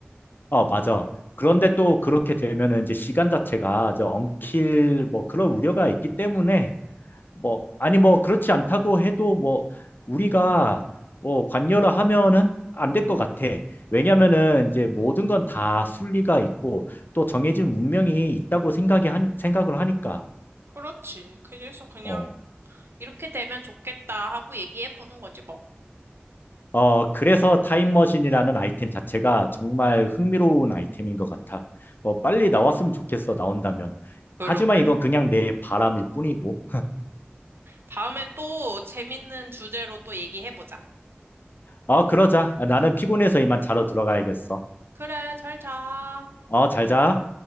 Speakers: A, on the left; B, on the right.
A: 어 맞아. 그런데 또 그렇게 되면은 이제 시간 자체가 저 엉킬 뭐 그런 우려가 있기 때문에 뭐 아니 뭐 그렇지 않다고 해도 뭐 우리가 뭐 관여를 하면은 안 될 것 같아. 왜냐면은 이제 모든 건 다 순리가 있고 또 정해진 운명이 있다고 생각이 한 생각을 하니까.
B: 그렇지. 그래서 그냥
A: 어.
B: 이렇게 되면 좋겠다 하고 얘기해보는 거지 뭐.
A: 어, 그래서 타임머신이라는 아이템 자체가 정말 흥미로운 아이템인 것 같아. 뭐 빨리 나왔으면 좋겠어, 나온다면.
B: 그러게.
A: 하지만 이건 그냥 내 바람일 뿐이고.
B: 다음에 또 재밌는 주제로 또 얘기해보자.
A: 어, 그러자. 나는 피곤해서 이만 자러 들어가야겠어.
B: 그래, 잘 자.
A: 어, 잘 자.